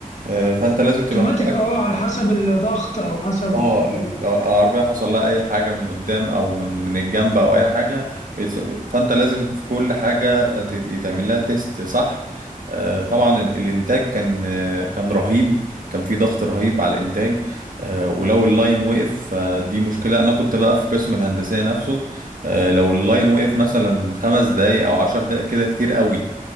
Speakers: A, on the right; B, on the left.
A: آه، فانت لازم
B: اوتوماتيك
A: تبقى متاكد
B: اه على حسب الضغط او حسب
A: اه
B: الحاجه
A: لو العربية حصل لها أي حاجة من قدام أو من من الجنب أو
B: اه.
A: أي حاجة بيس- فأنت لازم في كل حاجة ت- يتعمل لها تيست صح آه، طبعا ال- الإنتاج كان آه، كان رهيب كان في ضغط رهيب على الإنتاج آه، ولو اللاين وقف فدي مشكلة أنا كنت بقى في قسم الهندسية نفسه آه، لو اللاين وقف مثلا خمس دقايق أو عشر دقايق كده كتير قوي